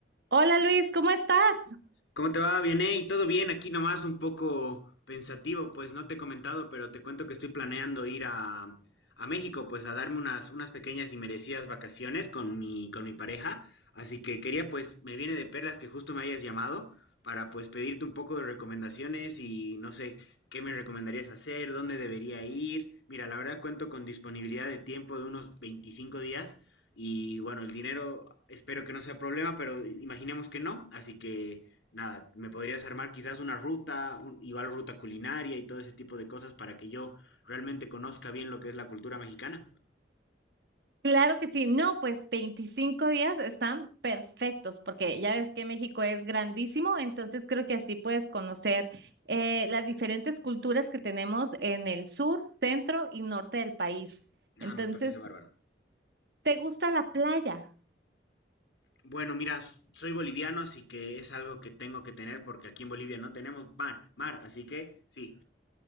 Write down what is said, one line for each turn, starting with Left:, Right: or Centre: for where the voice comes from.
Right: Hola Luis, ¿cómo estás?
Left: ¿Cómo te va? Bien, hey, todo bien, aquí nomás un poco pensativo, pues no te he comentado, pero te cuento que estoy planeando ir a, a México, pues a darme unas, unas pequeñas y merecidas vacaciones con mi, con mi pareja, así que quería, pues, me viene de perlas que justo me hayas llamado para, pues, pedirte un poco de recomendaciones y no sé, qué me recomendarías hacer, dónde debería ir. Mira, la verdad cuento con disponibilidad de tiempo de unos 25 días y bueno, el dinero espero que no sea problema, pero imaginemos que no, así que nada, me podrías armar quizás una ruta, un- igual ruta culinaria y todo ese tipo de cosas para que yo realmente conozca bien lo que es la cultura mexicana.
Right: Claro que sí, no, pues 25 días están perfectos porque ya ves que México es grandísimo, entonces creo que así puedes conocer eh, las diferentes culturas que tenemos en el sur, centro y norte del país. Entonces,
Left: Ah, me parece bárbaro.
Right: ¿te gusta la playa?
Left: Bueno, mira, s- soy boliviano, así que es algo que tengo que tener porque aquí en Bolivia no tenemos pan, mar, así que sí.